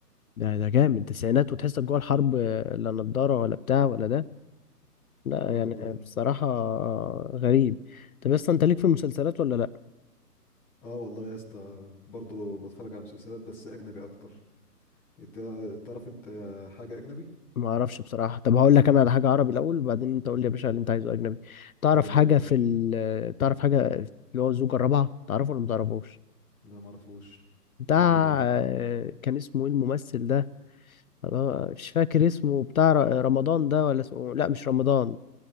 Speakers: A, on the left; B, in the centre.
A: ده ده جامد تسعينات وتحسك جوه الحرب آه، لا نضارة ولا بتاع ولا ده لا
B: اه
A: يعني
B: والله
A: آه، بصراحة آه، غريب طب يا اسطى انت ليك في المسلسلات ولا لا
B: اه والله يا اسطى برضه بتفرج على مسلسلات بس اجنبي اكتر انت تعرف انت حاجة اجنبي
A: ما اعرفش بصراحه طب هقول لك انا على حاجه عربي الاول وبعدين انت قول لي يا باشا اللي انت عايزه اجنبي تعرف
B: قول
A: حاجه
B: لي يا باشا
A: في ال... تعرف حاجه اللي هو الزوجه الرابعه تعرفه ولا ما تعرفوش
B: لا معرفوش
A: بتاع
B: بيتكلم عن ايه ده
A: آه، كان اسمه ايه الممثل ده أنا مش فاكر اسمه بتاع ر- رمضان ده ولا اسمه لا مش رمضان